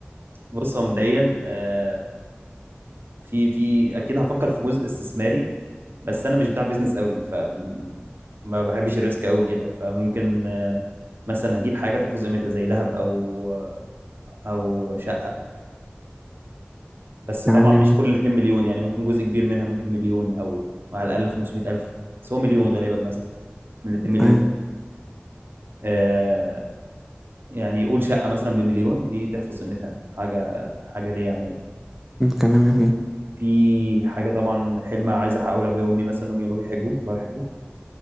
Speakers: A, on the right; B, in the centre.
A: بص هو مبدئيا آه، في في اكيد هفكر في جزء استثماري بس انا مش بتاع بيزنس قوي ف ما بحبش الريسك قوي كده فممكن آه، مثلا هجيب حاجة تحفظ قيمتها زي ذهب او آه، او شقة بس
B: <laughs> كلام
A: طبعا
B: جميل
A: مش كل ال 2 مليون يعني ممكن جزء كبير منها ممكن مليون او على الاقل 500 الف بس هو مليون غالبا مثلا من ال 2 مليون
B: أيوة
A: دي آه يعني يقول شقه مثلا بمليون دي تحفظ قيمتها حاجه حاجه ليا عموما
B: كلام جميل
A: في حاجه طبعا حلم عايز احققه لابويا وامي مثلا انهم يروحوا يحجوا يطلعوا يحجوا